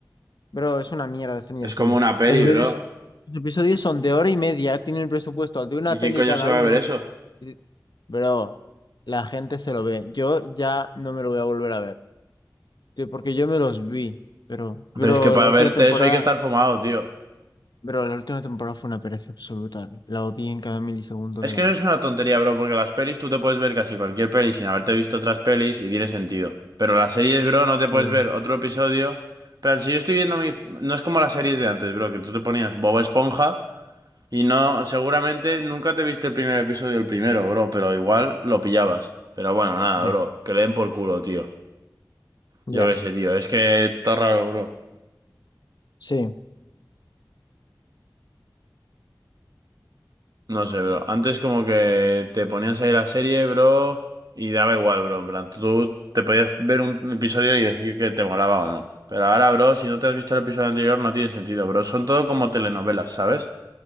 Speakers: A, on the left; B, on the right.
A: Bro, es una mierda Stranger
B: Es
A: Things.
B: como una peli,
A: Los episodios,
B: bro.
A: los episodios son de hora y media, tienen el presupuesto de una
B: ¿Y
A: peli
B: quién coño
A: cada
B: se va
A: uno.
B: a ver eso?
A: y- Bro, la gente se lo ve. Yo ya no me lo voy a volver a ver. Tío, Porque yo me los vi. Pero, bro,
B: Pero es que para
A: la última
B: verte
A: temporada,
B: eso hay que estar fumado, tío.
A: bro, la última temporada fue una pereza absoluta. La odié en cada milisegundo
B: Es
A: que
B: que
A: la
B: eso
A: vi.
B: es una tontería, bro, porque las pelis tú te puedes ver casi cualquier peli sin haberte visto otras pelis y tiene sentido. Pero las series, bro, no te puedes
A: Mm,
B: ver otro episodio. Pero si yo estoy viendo mi... No es como las series de antes, bro, que tú te ponías Bob Esponja y no... Seguramente nunca te viste el primer episodio, el primero, bro, pero igual lo pillabas. Pero bueno, nada,
A: Ya,
B: bro, que le den por culo, tío.
A: ya.
B: Yo qué sé, tío, es que está raro, bro.
A: Sí,
B: No sé, bro. Antes como que te ponías ahí la serie, bro, y daba igual, bro. En plan, tú te podías ver un episodio y decir que te molaba o no. Pero ahora, bro, si no te has visto el episodio anterior, no tiene sentido, bro. Son todo como telenovelas, ¿sabes?